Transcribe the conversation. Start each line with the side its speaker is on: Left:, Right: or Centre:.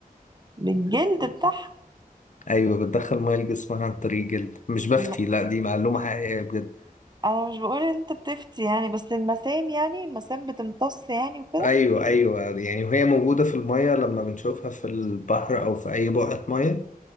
Right: بالجلد بتاعها
Left: ايوه بتدخل ميه لجسمها عن طريق الجلد مش بفتي
Right: الم...
Left: لا دي معلومه حقيقيه بجد
Right: انا مش بقول ان انت بتفتي يعني بس المسام يعني المسام بتمتص يعني وكده
Left: ايوه ايوه يعني وهي موجوده في الميه لما بنشوفها في البحر او في اي بقعه ميه